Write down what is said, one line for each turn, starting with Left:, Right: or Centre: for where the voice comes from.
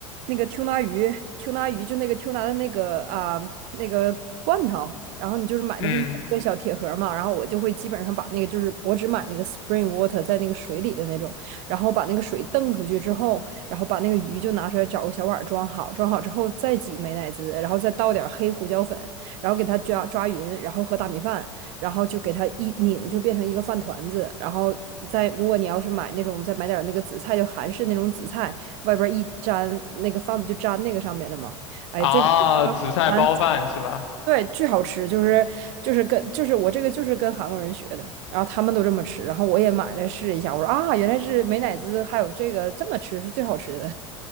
Right: 那个 tuna 鱼，tuna 鱼就那个 tuna 的那个啊、那个罐头，然后你就是买那么一小个小铁盒儿嘛，
Left: 嗯，
Right: 然后我就会基本上把那个就是我只买那个 spring water 在那个水里的那种，然后把那个水蹬出去之后，然后把那个鱼就拿出来找个小碗儿装好，装好之后再挤美乃滋，然后再倒点儿黑胡椒粉，然后给它抓抓匀，然后和大米饭。然后就给它一拧，就变成一个饭团子。然后再如果你要是买那种，再买点那个紫菜，就韩式那种紫菜，外边一粘，那个饭不就粘那个上面了吗？哎，
Left: 啊，
Right: 这个当早餐，
Left: 紫菜包饭是吧？
Right: 对，巨好吃，就是就是跟就是我这个就是跟韩国人学的，然后他们都这么吃，然后我也买来试一下，我说啊，原来是美乃滋还有这个这么吃是最好吃的。